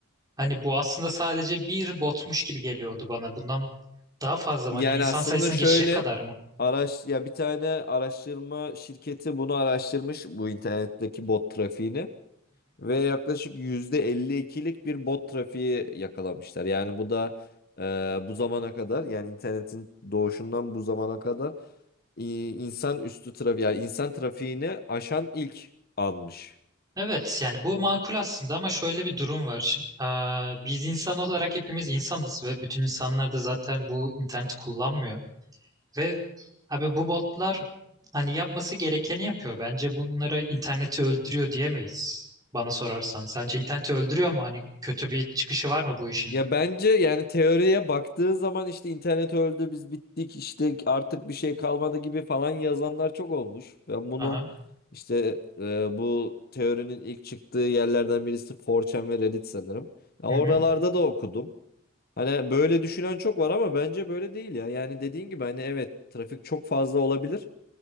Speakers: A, on the right (about 20°); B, on the left (about 45°).
A: hani bu aslında sadece bir botmuş gibi geliyordu bana. Bundan daha fazla mı?
B: Yani
A: Hani insan
B: aslında
A: sayısını
B: şöyle
A: geçecek kadar mı?
B: araş ya bir tane araştırma şirketi bunu araştırmış bu internetteki bot trafiğini. Ve yaklaşık yüzde elli ikilik bir bot trafiği yakalamışlar. Yani bu da e, bu zamana kadar yani internetin doğuşundan bu zamana kadar e, insan üstü trafik yani insan trafiğini aşan ilk almış.
A: Evet yani bu makul aslında ama şöyle bir durum var. Şimdi, eee, biz insan olarak hepimiz insanız ve bütün insanlar da zaten bu interneti kullanmıyor. Ve abi bu botlar hani yapması gerekeni yapıyor. Bence bunlara interneti öldürüyor diyemeyiz bana sorarsan. Sence interneti öldürüyor mu? Hani kötü bir çıkışı var mı bu işin?
B: Ya bence yani teoriye baktığın zaman işte internet öldü biz bittik işte artık bir şey kalmadı gibi falan yazanlar çok olmuş. Ben bunu
A: Aha.
B: işte e, bu teorinin ilk çıktığı yerlerden birisi 4chan ve Reddit sanırım. Ya
A: Hı
B: oralarda
A: hı.
B: da okudum. Hani böyle düşünen çok var ama bence böyle değil ya. Yani dediğin gibi hani evet trafik çok fazla olabilir